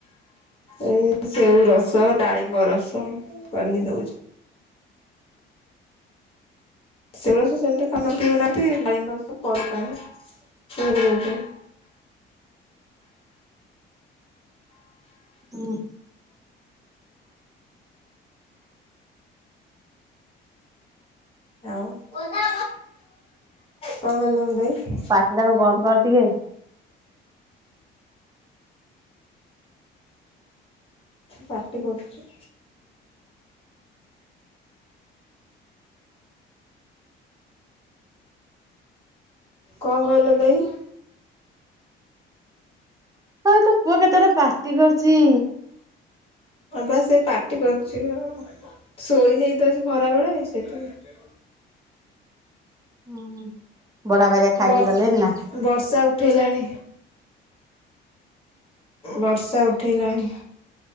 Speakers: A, on the left; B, on the right.
A: ଏ ସେଉ ରସ ଡାଳିମ୍ବ ରସ କରିକି ଦଉଚୁ ସେଉରସ ସେମିତି ଖାଉନା ପିଉନାହାନ୍ତି ଡାଳିମ୍ବ ରସ ପରଡ଼ ପାଣି <unintelligible>
B: ହୁଁ।
A: ଆଉ କଣ କହିଲ ଦେଇ?
B: ସେ ତାକୁ ବନ୍ଦ କର ଟିକେ।
A: ପାଟି କରୁଚି କଣ କହିଲ ଦେଇ?
B: ହଁ ତୋ ପୁଅ କେତେ ବଡ଼ ପାଟି କରୁଚି।
A: ହଁ ପା ସେ ପାଟି କରୁଚି ଶୋଇ ନେଇତ ଆଜି ଖରାବେଳେ ସେଇଥିପାଇଁ।
B: ହଁ ବରା ଗଜା ଖାଇକି
A: ବର୍
B: ଗଲେଣି ନା?
A: ବର୍ଷା ଉଠେଇଲାଣି ବର୍ଷା ଉଠେଇଲାଣି।